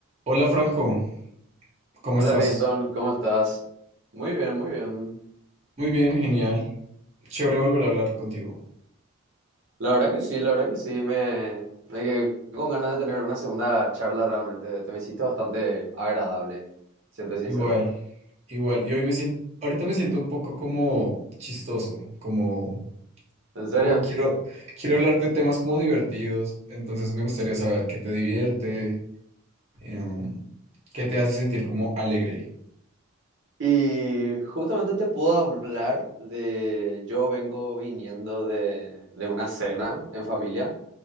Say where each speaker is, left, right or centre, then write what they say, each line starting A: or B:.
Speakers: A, on the right (about 30°); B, on the right (about 55°).
A: Hola Franco, ¿cómo
B: Hola
A: estás?
B: Nason, ¿cómo estás? Muy bien, muy bien.
A: Muy bien, genial. Chévere volver a hablar contigo.
B: La verdad que sí, la verdad que sí, me, me quedé con ganas de tener una segunda charla realmente. Te me hiciste bastante agradable, siento sincero.
A: Igual, igual. Y hoy me siento, ahorita me siento un poco como chistoso, como,
B: ¿En serio?
A: como <laughs> quiero, quiero hablar de temas como divertidos. Entonces me gustaría saber qué te divierte, em, qué te hace sentir como alegre.
B: Y justamente te puedo hablar de... Yo vengo viniendo de, de una cena en familia